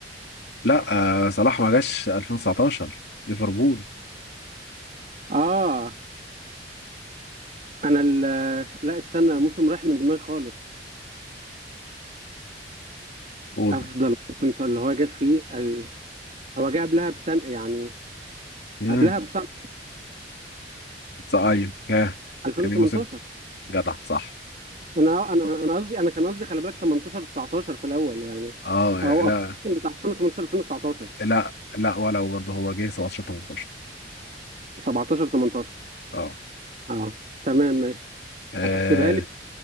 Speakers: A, on the left; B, on the right.
A: لا آه صلاح ما جاش 2019 ليفربول
B: اه انا ال- لا استنى الموسم راح من دماغي خالص
A: قول
B: افضل موسم اللي هو جاب فيه ال... هو جاب قبلها بسنه يعني
A: امم
B: قبلها بسنه
A: ايوه ياه.
B: 2018
A: يعني موسم جدع صح
B: انا انا انا قصدي انا كان قصدي خلي بالك 18 19 في الاول يعني
A: اه
B: او
A: لا
B: أو الموسم بتاع 2018 2019
A: لا لا ولا برضه هو جه 17 18
B: 17 18
A: اه
B: اه تمام ماشي
A: آه،
B: هتحسبها لي